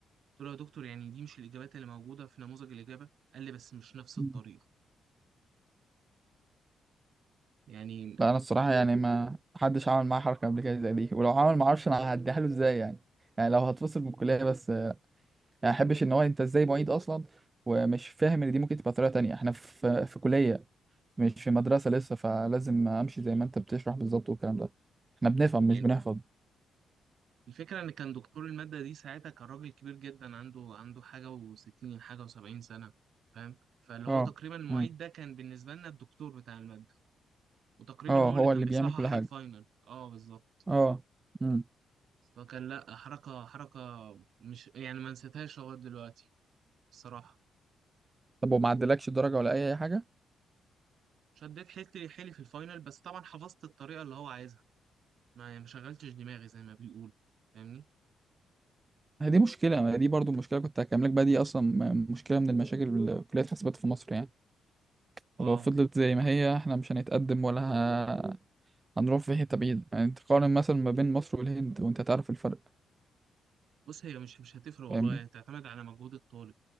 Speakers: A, on the right (about 65°); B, on the right (about 25°).
A: قلت له يا دكتور يعني دي مش الإجابات اللي موجودة في نموذج الإجابة قال لي بس مش نفس
B: لا
A: الطريقة يعني
B: انا الصراحه يعني ما حدش عمل معاه حركه قبل كده زي دي ولو عمل ما اعرفش انا هعديها له ازاي يعني يعني لو هتفصل من الكليه بس يعني ما احبش ان هو انت ازاي معيد اصلا ومش فاهم ان دي ممكن تبقى طريقه تانية احنا في في كليه مش في مدرسه لسه فلازم امشي زي ما انت بتشرح بالظبط والكلام ده احنا بنفهم
A: يعني
B: مش بنحفظ
A: الفكرة إن كان دكتور المادة دي ساعتها كان راجل كبير جدا عنده عنده حاجة وستين حاجة وسبعين سنة فاهم فاللي
B: اه
A: هو تقريبا المعيد
B: امم
A: ده كان بالنسبة لنا الدكتور بتاع المادة وتقريبا
B: اه
A: هو
B: هو
A: اللي كان
B: اللي
A: بيصحح
B: بيعمل كل حاجه
A: الفاينل اه بالظبط
B: اه امم
A: فكان لأ حركة حركة مش يعني ما نسيتهاش لغاية دلوقتي الصراحة
B: طب وما عدلكش الدرجه ولا اي اي حاجه
A: شديت حيلي حيلي في الفاينل بس طبعا حفظت الطريقة اللي هو عايزها ما يعني ما شغلتش دماغي زي ما بيقول فاهمني؟
B: هي دي مشكله ما هي دي برضو مشكله كنت هكملك بقى دي اصلا م- مشكله من المشاكل اللي كليه حاسبات في مصر يعني
A: اه
B: ولو فضلت زي ما هي احنا مش هنتقدم ولا ه... هنروح في حتة بعيدة يعني انت تقارن مثلا ما بين مصر والهند وانت تعرف الفرق
A: بص هي مش مش هتفرق والله
B: فاهمني
A: هي تعتمد على مجهود الطالب